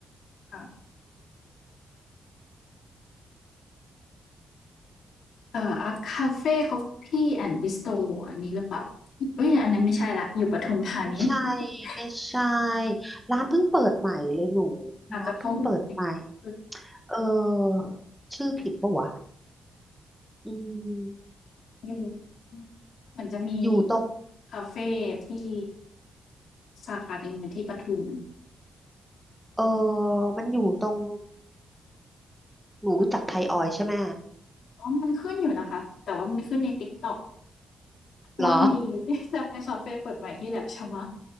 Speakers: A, on the left; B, in the centre.
A: ค่ะเอ่ออัพคาเฟ่คอฟฟี่แอนด์บิสตอันนี้หรือเปล่าเอ้ยอันนั้นไม่ใช่ละอยู่ปทุมธานี
B: ไม่ใช่
A: <laughs>
B: ไม่ใช่ ร้านเพิ่งเปิดใหม่เลยหนู
A: อาจจะข้อมูลเยอะขึ้น
B: ร้านเพิ่งเปิดใหม่ เออ ชื่อผิดปะวะ อืม
A: อยู่อืมเหมือนจะมี
B: อยู่ตรง
A: คาเฟที่สาขาหนึ่งอยู่ที่ปทุม
B: เออมันอยู่ตรง หนูรู้จักไทยออยล์ใช่ไหม
A: อ๋อมันขึ้นอยู่นะคะแต่ว่ามันขึ้นใน TikTok
B: หรอ
A: ว่ามี <laughs> ใช่คาเฟเปิดใหม่ที่แหลมฉบัง